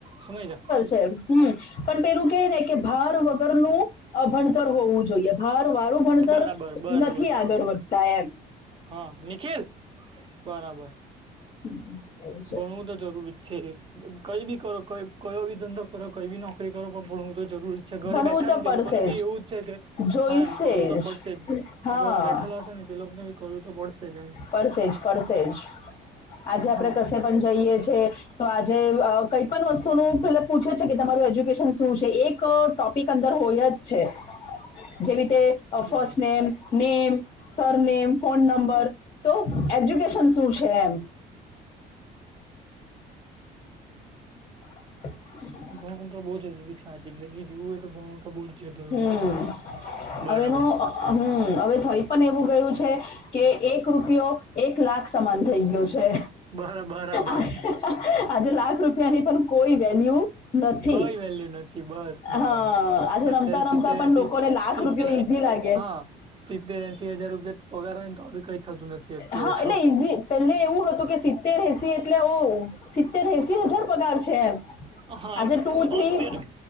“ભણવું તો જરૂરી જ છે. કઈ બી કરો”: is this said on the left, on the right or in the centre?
Right